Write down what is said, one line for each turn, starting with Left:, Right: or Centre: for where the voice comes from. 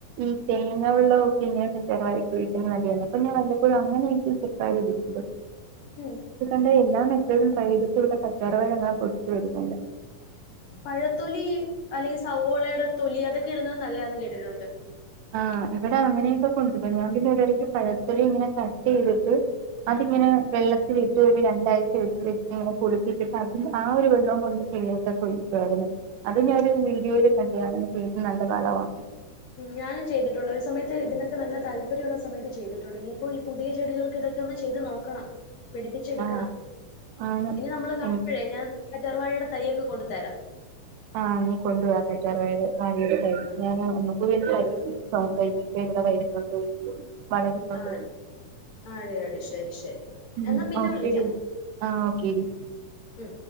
Right: ഈ തേങ്ങ വെള്ളവൊക്കെ ഇങ്ങനെ ചെരവാ വച് <unintelligible> അപ്പ ഞാ വല്ലപ്പോഴും അങ്ങനെയാരിക്കും <unintelligible>
Left: ഉം
Right: ടെ എല്ലാ മെതേടും ട്രൈ ചെയ്യ്തിട്ട് ഇവടെ കറ്റാർവാഴ <unintelligible> വരുന്നില്ല.
Left: പഴത്തൊലീ അല്ലെങ്കി സവോളയുടെ തൊലി അതൊക്കെ ഇടുന്നത് നല്ലേ ആണെന്ന് കേട്ടിട്ടുണ്ട്.
Right: ആഹ് ഇവടെ അങ്ങനെയൊക്കെ <unintelligible> ഞാൻ പിന്നെ ഒരടിയ്ക്ക് പഴത്തൊലിയിങ്ങനെ കട്ടീത്ട്ട് അതിങ്ങനെ വെള്ളത്തിലിട്ട് ഒരു രണ്ടാഴ്ച വെച്ച് വെച്ചിങ്ങനെ പുളിപ്പിച്ചിട്ട് അതിന്റെ ആ ഒരു വെള്ളോ കൊണ്ട് <unintelligible> ഒക്കെ കുഴിക്കായിരുന്നു, അത് ഞാനൊരു വീഡിയോല് കണ്ടെയ, അങ്ങനെ ചെയ്യുന്നത് നല്ല വളവാന്ന്.
Left: ഞാനും ചെയ്തിട്ടുണ്ട്, ഒരു സമയത്ത് ഇതിലൊക്കെ നല്ല താല്പര്യുള്ള സമയത്ത് ചെയ്തിട്ടുണ്ട്, ഇനിയിപ്പോ ഈ പുതിയ ചെടികൾക്കിതൊക്കെ ഒന്ന് ചെ ചെയ്ത് നോക്കണം, പിടിപ്പിച്ചെടുക്കണം,
Right: ആഹ് ആണ്
Left: ഇനി നമ്മള് കാണുമ്പഴെ
Right: ഉം
Left: ഞാൻ കറ്റാർ വാഴയുടെ തൈയ്യൊക്കെ കൊണ്ട് തരാം.
Right: ആഹ് നീ കൊണ്ട് വാ കറ്റാർവാഴേടെ വാഴെടെ തൈ, ച്ച് ഞാനാ ഒന്ന് കൂടി ഒന്ന് പരീക്ഷി നോക്കാര്ന്നു, ഇപ്പെ ഇവ്ടെ വരുന്നുണ്ടോ? ഇ വളരുന്നുണ്ടോ?
Left: ആഹ് ആടി ആടി ശരി ശരി
Right: മ്
Left: എന്നാ പിന്നെ
Right: ഓക്കെടി,
Left: വിളിക്കാം
Right: ആഹ് ഓക്കെടി.
Left: ഉം